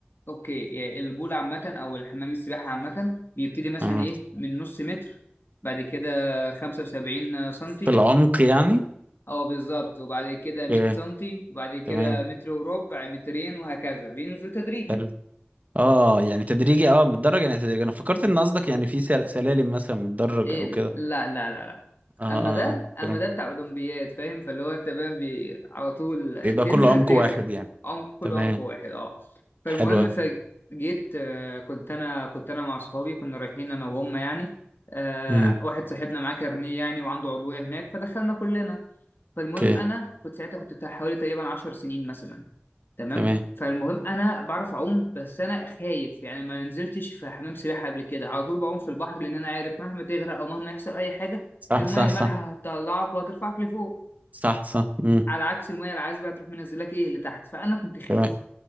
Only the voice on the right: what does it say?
اه
في العمق يعني
اوكي
تمام
حلو اه يعني تدريجي اه متدرج يعني تدريجي انا فكرت ان قصدك يعني في سل- سلالم مثلا متدرج
او كده
اه اه
آه.
تمام
يبقى
كل عمق
واحد يعني
تمام
حلوة
امم
اوكي
تمام
صح
صح
صح
صح صح امم
تمام